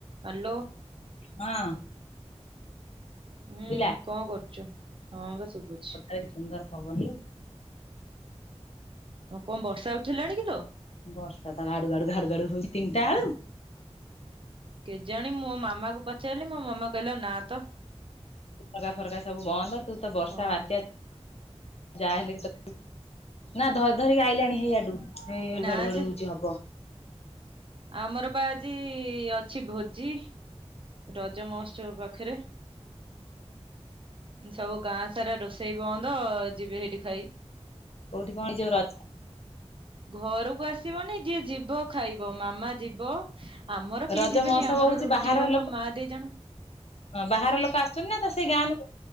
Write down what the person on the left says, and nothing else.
ହଁ। ଶୁଭିଲା
ଏଇ ସୁନ୍ଦର ପବନ ଇଏ
ବର୍ଷା ତ ଘାଡୁ, ଘାଡୁ, ଘାଡୁ ହଉଛି ତିନିଟାଳୁ।
ଝରକା ଫରକା ସବୁ ବନ୍ଦ, ତୁ ତ ବର୍ଷା
ବାତ୍ୟା ଯାହାହଲେ ବି ତ ନା ଧ ଧରିକି ଆଇଲାଣି ହେଇଆଡୁ। ହେଇ
ଘଡଘଡ
ହଉଛି ହବ।
କୋଉଠି କଣ ଯୋଉ ର
ରଜ
ମହୋତ୍ସବ
ହଉଛି
ବାହାର
ଲୋକ
ହଁ, ବାହାର ଲୋକ ଆସିଛନ୍ତି ନା? ତ ସେଇ ଗାଁ ଲୋକ